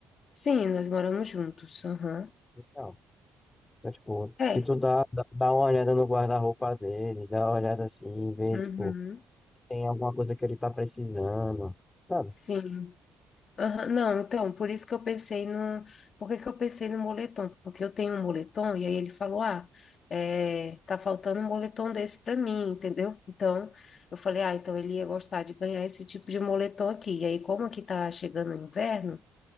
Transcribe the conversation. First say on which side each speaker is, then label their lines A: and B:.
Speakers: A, on the left; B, on the left.
A: Sim, nós moramos juntos. Aham.
B: Então, então, tipo, se
A: É.
B: tu dá, dá, dá uma olhada no guarda-roupa dele, dá uma olhada assim, vê,
A: Uhum.
B: tipo, tem alguma coisa que ele tá precisando, sabe?
A: Sim. Aham, Não, então, por isso que eu pensei no. Por que que eu pensei no moletom? Porque eu tenho um moletom e aí ele falou: ah, é, tá faltando um moletom desse para mim, entendeu? Então, eu falei: ah, então ele ia gostar de ganhar esse tipo de moletom aqui. E aí, como aqui tá chegando o inverno,